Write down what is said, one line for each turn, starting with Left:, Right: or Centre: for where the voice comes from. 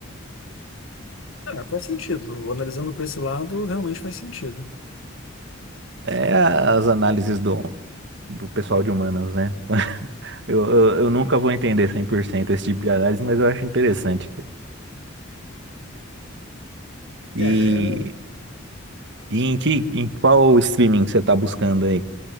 Left: É, faz sentido. Analisando por esse lado, realmente faz sentido.
Right: É as análises do, do pessoal de humanas, né? Eu, eu, eu nunca vou entender 100% esse tipo de análise, mas eu acho interessante. E,
Left: É,
Right: e em que, em qual streaming que você tá buscando aí?